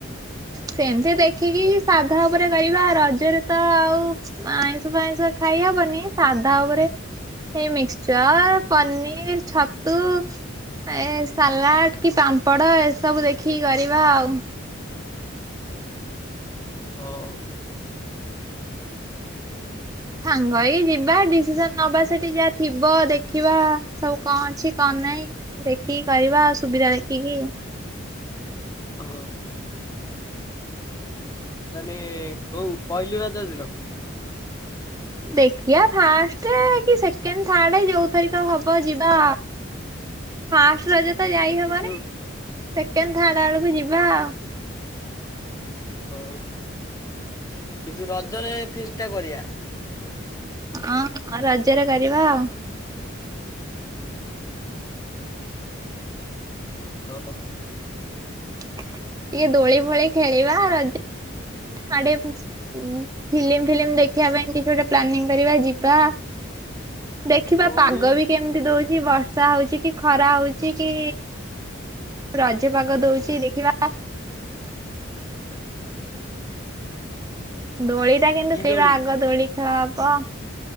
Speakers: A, on the right; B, on the left.
A: ସେମିତି ଦେଖିକି ସାଧା ଉପରେ କରିବା ରଜରେ ତ ଆଉ ଆଇଁଷ ଫାଇଁଷ ଖାଇହବନି ସାଧା ଉପରେ ହେଇ ମିକ୍ସଚର୍, ପନିର୍, ଛତୁ ଏ ସାଲାଡ୍ କି ପାମ୍ପଡ ଏସବୁ ଦେଖିକି କରିବା ଆଉ।
B: ଅଉ।
A: ସାଙ୍ଗ ହେଇକି ଯିବା ଡିସିସନ୍ ନବା ସେଠି ଯାହା ଥିବ ଦେଖିବା ସବୁ କଣ ଅଛି କଣ ନାହିଁ। ଦେଖିକି କରିବା ସୁବିଧା ଦେଖିକି।
B: ହଁ। ତାନେ କଉ ପହିଲି ରଜ ଦିନ?
A: ଦେଖିବା ଫାଷ୍ଟେ କି ସେକେଣ୍ଡ୍ ଥାର୍ଡରେ ଯଉଥରିକ ହବ ଯିବା। ଫାଷ୍ଟ୍ ରଜ ତ ଯାଇ ହବନି
B: କିନ୍ତୁ
A: ସେକେଣ୍ଡ୍, ଥାର୍ଡ୍ ଆଡକୁ ଯିବା ଆଉ।
B: ହଉ କିନ୍ତୁ ରଜରେ ଫିଷ୍ଟ୍ ଟା କରିବା।
A: ହଁ ରଜରେ କରିବା ଆଉ।
B: <unintelligible>
A: ଟିକେ ଦୋଳି ଫୋଳି ଖେଳିବା ରଜ ହାଡେ ଉଁ- ଫିଲ୍ମି- ଫିଲ୍ମି ଦେଖିବା ପାଇଁ କିଛି ଗୋଟେ ପ୍ଲାନିଂ କରିବା ଯିବା। ଦେଖିବା
B: ଆଉ ଦୋଳି
A: ପାଗ ବି କେମିତି ଦଉଚି ବର୍ଷା ହଉଚି କି ଖରା ହଉଚି କି ରଜ ପାଗ ଦଉଚି ଦେଖିବା। ଦୋଳି ଟା କିନ୍ତୁ
B: କି
A: ଖେଳିବା
B: ଦୋଳି
A: ଆଗ ଦୋଳି ଖେଳ ହବ।